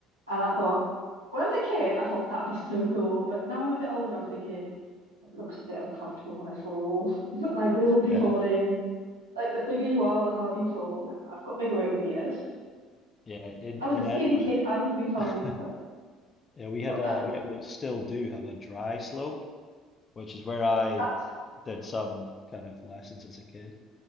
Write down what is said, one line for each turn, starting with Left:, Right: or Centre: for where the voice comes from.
Right: And I thought, when I was a kid, I thought that would be so cool. But now I'm a bit older, I'm thinking it looks a bit uncomfortable when I fall, <laughs> and I will be
Left: Yeah.
Right: falling. Like the bigger you are, the harder you fall. And I've got bigger over the years.
Left: Yeah. In
Right: I was
Left: in
Right: a skinny
Left: Edinburgh,
Right: kid, I would be fine,
Left: <laughs>
Right: but
Left: yeah, we had
Right: not
Left: a
Right: now.
Left: we, we still do have a dry slope, which is where I
Right: That was it.
Left: did some kind of lessons as a kid.